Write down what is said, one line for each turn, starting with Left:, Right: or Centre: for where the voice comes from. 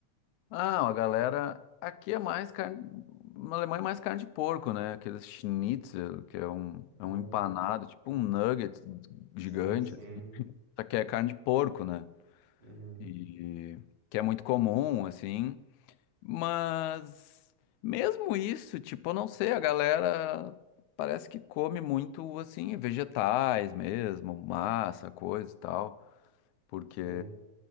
Left: Ah, a galera. Aqui é mais carne. Na Alemanha é mais carne de porco, né? Aqueles schnitzel, que é um,
Right: Hum,
Left: é um empanado, tipo um nugget gigante.
Right: sim, sim.
Left: Só que é carne de porco, né?
Right: Uhum,
Left: E que é muito comum, assim. Mas mesmo isso, tipo, eu não sei, a galera parece que come muito, assim, vegetais mesmo, massa, coisa e tal. Porque
Right: sim.